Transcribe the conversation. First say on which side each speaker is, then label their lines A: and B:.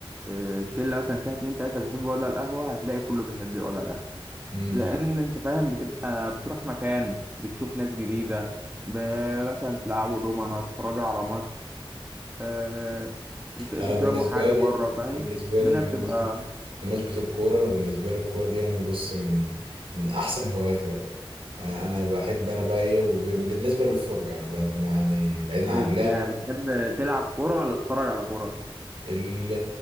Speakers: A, on the right (about 20°); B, on the right (about 70°).
A: آه، شله مثلا فيها اتنين تلاته بيحبوا يقعدوا على القهوه هتلاقي كله بيحب يقعد على القهوه
B: امم
A: لان انت فاهم بتبقى بتروح مكان بتشوف ناس جديده ب- مثلا تلعبوا دومنه تتفرجوا على ماتش آه، ت- تشربوا
B: انا بالنسبه
A: حاجه
B: لي
A: بره فاهم
B: بالنسبه
A: الدنيا
B: لي بمناسبه
A: بتبقى
B: بمناسبة الكورة أنا بالنسبة لي الكورة دي يعني بص من من أحسن هواياتي بقى أنا أنا بحب أنا بقى إيه وبالنسبة للفرجة يعني بعد- يعني بعيدا عن
A: بت-
B: اللعب
A: يعني بتحب تلعب كوره ولا تتفرج على كوره
B: ال-